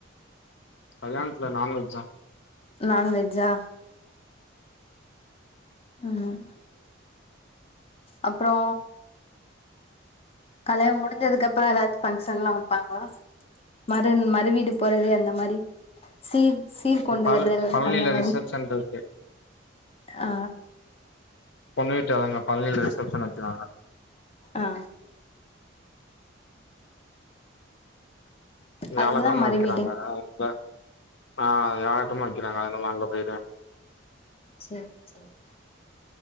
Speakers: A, on the left (about 65°); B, on the left (about 30°).
A: கல்யாணத்ல நான்வெஜ்ஜா
B: நான்வெஜ்ஜா? ம் அப்றோ கல்யணோ முடிஞ்சதுக்கப்றோ எதாச்சு ஃபங்க்ஷன்லா வெப்பாங்களா? மறுன் மறு வீட்டுக் போறது அந்த மாரி சீர் சீர் கொண்டு
A: பழ
B: வருதல்
A: பழனில
B: அந்த மாரி
A: ரிசப்ஷன் இருக்கு
B: ஆ
A: பொண்ணு வீட்டு ஆளுங்க பழனில ரிசப்ஷன் வெக்கிறாங்க
B: ஆ
A: வியாழக்
B: அதுதா
A: கெழம
B: மறுவீடு
A: வெக்கிறாங்க அவுங்க ஆ வியாழக் கெழம வெக்கிறாங்க அதனால அங்க போயிருவே
B: சேர் சேர்